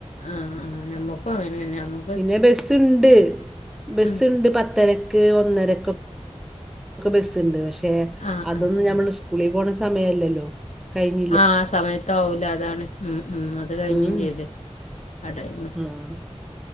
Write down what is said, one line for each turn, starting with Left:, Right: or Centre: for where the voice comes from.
Left: ആഹ് ആഹ് ഞമ്മക്കും അങ്ങനെന്നെയാ അമു
Centre: പിന്നെ ബസ്സ്ണ്ട് ബസ്സ്ണ്ട്
Left: ഉം
Centre: പത്തരക്ക് ഒന്നരക്ക് ക്കെ ബസ്ണ്ട് പക്ഷെ
Left: ആഹ്
Centre: അതൊന്നും
Left: ആഹ് ആഹ്
Centre: ഞമ്മള്
Left: ആഹ്
Centre: സ്കൂളി പോണ സമയല്ലല്ലോ കഴിഞ്ഞില്ലേ
Left: ആഹ് സമയത്ത് ആവൂല അതാണ് ഉം ഉം അത് കഴിഞ്ഞും
Centre: ഉം
Left: ചെയ്ത് ആ ടൈമ്
Centre: ആഹ്